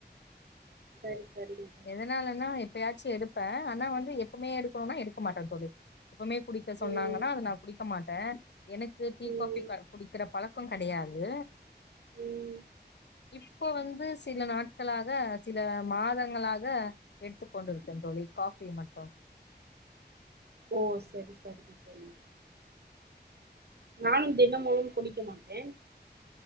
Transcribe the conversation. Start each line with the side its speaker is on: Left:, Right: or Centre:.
Right: சேரி செரிடி
Left: எதனாலன்னா எப்பயாச்சு எடுப்பே ஆனா வந்து எப்பவுமே எடுக்கணுன்னா எடுக்க மாட்டே தோழி எப்பவுமே குடிக்க சொன்னாங்கன்னா
Right: ம்
Left: அத நா குடிக் க்க மாட்டே எனக்கு டீ
Right: ம்
Left: காஃபி குடிக்கிற பழக்கோ கெடையாது
Right: ம்
Left: இப்ப வந்து சில நாட்களாக சில மாத ங்களாக எடுத்துக் கொண்டுருக்கேன் தோழி காஃபி மட்டு
Right: ஓ செரி செரிங்க தோழி நான் தினமும் குடிக்க மாட்டேன்